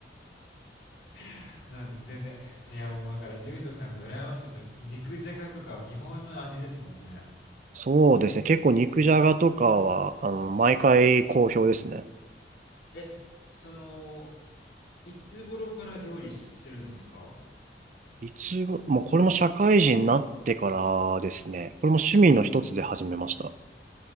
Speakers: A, on the left (about 75°); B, on the right (about 45°).
A: <laughs> なんで全然。いや、もうだから、ゆうとさんが羨ましいですよ。肉じゃがとかは日本の味ですもんね。
B: そうですね。結構肉じゃがとかは、あの、毎回好評ですね。
A: え、その、いつ頃から料理してるんですか
B: いつご、もうこれも社会人になってからですね。これも趣味の一つで始めました。